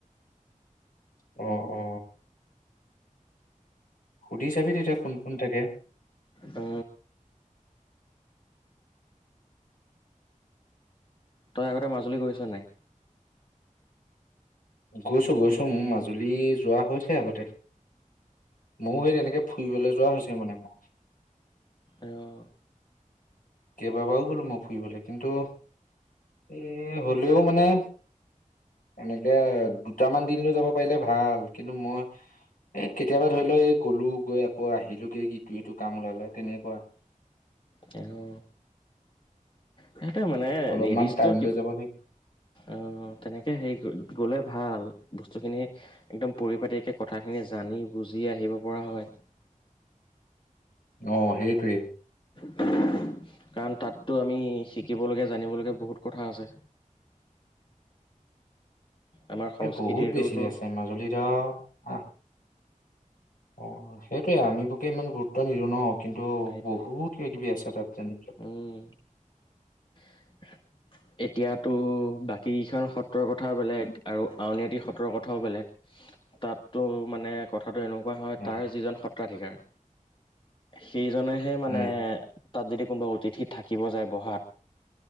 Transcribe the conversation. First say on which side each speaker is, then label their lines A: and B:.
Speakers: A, on the left (about 85°); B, on the left (about 40°).
A: অ অ। সুধি চাবি তেতিয়া কোন কোন থাকে?
B: অ। তই আগতে মাজুলী গৈছা নাই?
A: গৈছো গৈছো, মোৰ মাজুলী যোৱা হৈছে আগতে। ময়ো সেই তেনেকে ফুৰিবলৈ যোৱা হৈছে মানে মোক।
B: এ অ।
A: কেইবাবাৰো গলো মই ফুৰিবলৈ কিন্তু এ হলেও মানে এনেকে দুটামান দিন লৈ যাব পাৰিলে ভাল কিন্তু মই এ কেতিয়াবা ধৰি লও এই গ'লো গৈ আকৌ আহিলোগে ইটো ইটো কাম ওলালে তেনেকুৱা।
B: হেল্ল, সেইটো মানে
A: অলপমান
B: নিৰ্দিষ্ট
A: টাইম লৈ
B: কিবা
A: যাব লাগিব
B: উ‌ম তেনেকে হেৰি ক গলে ভাল বস্তুখিনি একদম পৰিপাটিকে কথাখিনি জানি, বুজি আহিব পৰা হয়।
A: অ সেইটোৱে।
B: কাৰণ তাততো আমি শিকিবলগীয়া, জানিবলগীয়া বহুত কথা আছে। আমাৰ সংস্কৃতিটোতো
A: এই বহুত বেছি আছে মাজুলীত আৰু আহ অ সেইটোয়ে আমি বৰকে ইমান গুৰুত্ব নিদো ন কিন্তু
B: সেইটোৱে
A: বহুত কিবা - কিবি আছে তাত তেনবিলাক।
B: উম <inaudible> এতিয়াতো, বাকীকেইখন সত্ৰৰ কথা বেলেগ, আৰু আউনীআটি সত্ৰৰ কথাও বেলেগ। তাততো, মানে কথাটো এনেকুৱা হয়,
A: উম
B: তাৰ যিজন সত্ৰাধিকাৰ সেইজনেহে মানে
A: উম
B: তাত যদি কোনোবা অতিথি থাকিব যায় বহাত,